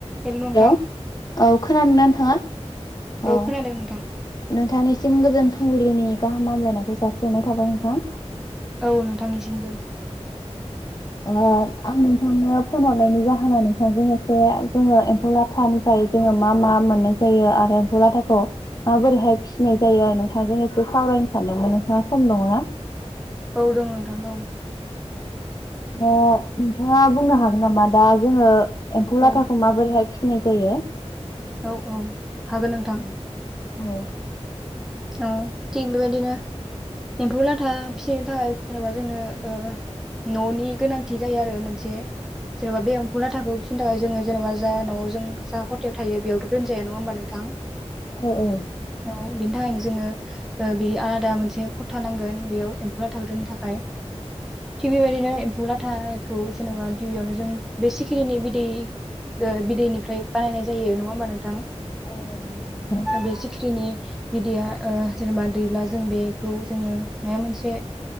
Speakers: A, in the centre; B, on the left.
A: हेल' नोंथां
B: हेल' औ खोनादोंना नोंथाङा?
A: औ
B: औ
A: खोनादों नोंथां
B: नोंथांनि सिम गोजोन फुंबिलिनि गाहाम हामलायनायखौ जासिहरनाय थाबाय नोंथां।
A: औ नोंथांनिसिमबो।
B: ओ आं नोंथांनो फन हरनायनि जाहोना नोंथांजों एसे जोङो एम्फौ लाथानिफ्राय जोङो मा मा मोननाय जायो आरो एम्फौ लाथाखौ माबोरैहाय फिसिनाय जायो नोंथांजों एसे सावरायनो सानदोंमोन नोंथाङा सम दङ ना?
A: औ दं नोंथां दं।
B: ओ नोंथाङा बुंनो हागोन नामा दा जोङो एम्फौ लाथाखौ
A: औ
B: माबोरैहाय नाय जायो।
A: औ औ हागोन नोंथां।
B: औ औ
A: औ थिग बेबायदिनो एम्फौ लाथा फिसिनो थाखाय जेनेबा जोंनो ओ न'नि गोनांथि जायो आरो मोनसे। जेन'बा बे एमफु लाथाखौ फि बेनि थाखाय जोङो जेनबा जा न'आव जों जा खथायाव थायो बेयावथ' दोनजाया नङा होमबा नोंथां?
B: औ औ
A: औ बिनि थाखायनो जोंनो ओ बे आलादा मोनसे खथा नांगोन बेयाव एम्फौलाखौ थाननो थाखाय। थिक बेबायदिनो एम्फौ लाथा खौ जेनेबा गिबियावनो जों बे सिखिरिनि बिदै ओ बिदैनिफ्राय बानायनाय जायो। नङा होमबा नोंथां?
B: <inaudible>
A: बे सिख्रिनि बिदैया ओ जेनेबा दैब्ला जों बेखौ जोङो मा मोनसे